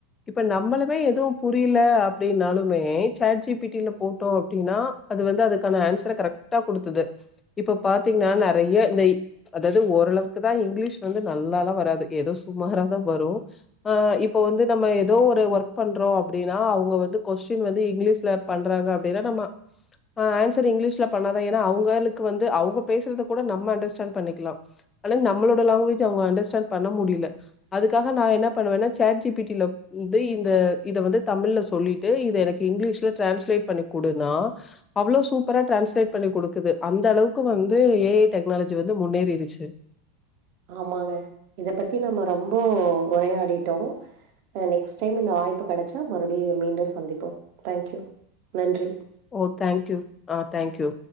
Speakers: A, on the left (about 20°); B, on the right (about 50°).
A: இப்ப நம்பளுமே எதுவு புரியல அப்படின்னாலுமே சாட்ஜிபிட்டில போட்டோ அப்படின்னா அது வந்து அதுக்கான ஆன்சர கரெக்ட்டா குடுத்தது இப்ப பாத்தீங்கன்னா நறைய இந்த அதாவது ஓரளவுக்குதா இங்கிலீஷ் வந்து நல்லாலா வராது ஏதோ சுமாரா தா வரு ஆ இப்ப வந்து நம் ஏதோ ஒரு ஒர்க் பண்றோ அப்படின்னா அவங்க வந்து கொஸ்டின் வந்து இங்கிலிஷ்ல பண்றாங்க அப்டினா நம்ம ஆன்ஸர் இங்கிலிஷ்ல பண்ணா தா என்னா அவங்களுக்கு வந்து அவங்க பேசறத கூட நம்ம அன்டர்ஸ்டேன் பண்ணிக்கலா நம்மளோட லாங்வேஜ் அவங்க அன்டர்ஸ்ட பண்ண முடியல அதுக்காக நா என்ன பண்ணுவேனா சேட் ஜிபி ட்டில இத இந்த இத வந்து தமிழ்ல சொல்லிட்டு இத எனக்கு இங்கிலீஷ்ல ட்ரான்ஸ்லேட் பண்ணி குடுனா அவ்ளவு சூப்பரா டிரான்ஸ்லேட் பண்ணி குடுக்குது அந்த அளவுக்கு வந்து ஏஐ டெக்னாலஜி வந்து முன்னேறிடுச்சு
B: ஆமாங்க இத பத்தி நம்ம ரொம்ப உரையாடிட்டோ நெக்ஸ்ட் டைம் இந்த வாய்ப்பு கிடைச்சா மறுபடியு மீண்டும் சந்திப்போ தைங்க்யூ நன்றி
A: ஓ தேங்க்யூ ஆ தேங்க்யூ